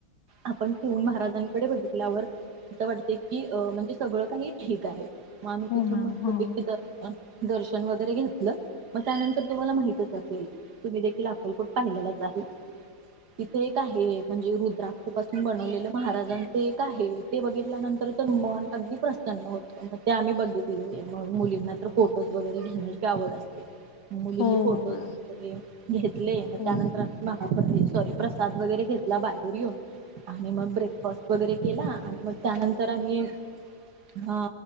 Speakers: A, on the right; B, on the left.
A: आपण ठेवून महाराजांकडे बघितल्यावर अस वाटते की म्हणजे सगळं काही ठीक मग आम्ही
B: हो
A: तिथून
B: मॅम
A: मस्तपैकी
B: हो
A: दर्शन वगैरे घेतलं मग त्यानंतर तुम्हाला माहितच असेल तुम्ही देखील पाहिलेलाच आहे तिथे एक आहे म्हणजे रु ्रपासून बनवलेलं महाराजांच एक आहे ते बघितल्यानंतर तर मन अगदी प्रसन्न होत मग ते आम्ही बघितले मुलींना तर फोटोज वगैरे घेण्याची आवड असते मुलींनी
B: हो
A: फोटोज
B: मॅम
A: वगैरे घेतले मग
B: हो
A: त्यानंतर आम्ही सॉरी प्रसाद वगैरे घेतला बाहेर येऊन आणि मग ब्रेकफास्ट वगैरे केला आणि मग त्यानंतर आम्ही हा